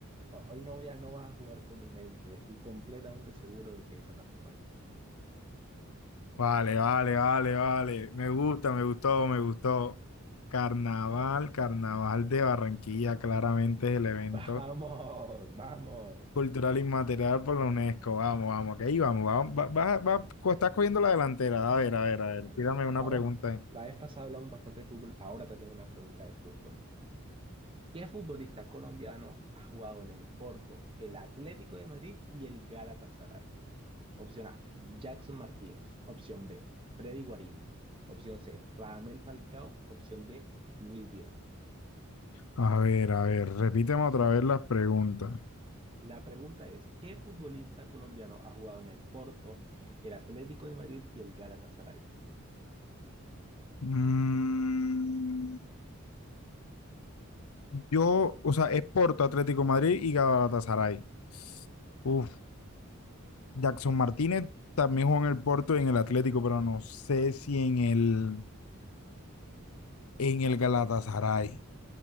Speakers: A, on the right; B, on the left.
A: Hoy no voy a, no vas a jugar con mi mente, estoy completamente seguro de que esa es la respuesta.
B: vale, vale, vale, vale. Me gusta, me gustó, me gustó. Carnaval, Carnaval de Barranquilla, claramente es el evento
A: <laughs> Vamos, vamos.
B: Cultural inmaterial por la UNESCO. Vamos, vamos, que ahí vamos. Vamos, va, va, va- co- estás cogiendo la delantera. A ver, a ver, a ver.
A: No, no.
B: Tírame una
A: Vamos,
B: pregunta.
A: la vez pasada hablamos bastante de fútbol, ahora te tengo una pregunta de fútbol. ¿Qué futbolista colombiano ha jugado en el Porto, el Atlético de Madrid y el Galatasaray? Opción A, Jackson Martínez. Opción B, Freddy Guarín. Opción C, Radamel Falcao. Opción D, Luis Díaz.
B: A ver, a ver. Repíteme otra vez las preguntas.
A: La pregunta es, ¿qué futbolista colombiano ha jugado en el Porto, el Atlético de Madrid y el Galatasaray?
B: Mm, yo, o sea, es Porto, Atlético Madrid y Galatasaray. Uf, Jackson Martínez también jugó en el Porto y en el Atlético, pero no sé si en el, en el Galatasaray.